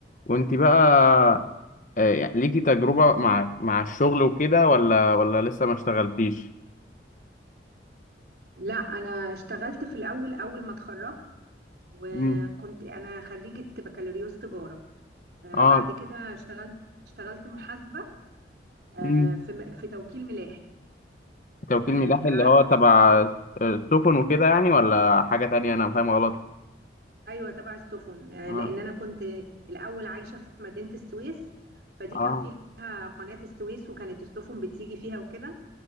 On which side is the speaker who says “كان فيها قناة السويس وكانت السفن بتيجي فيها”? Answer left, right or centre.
Right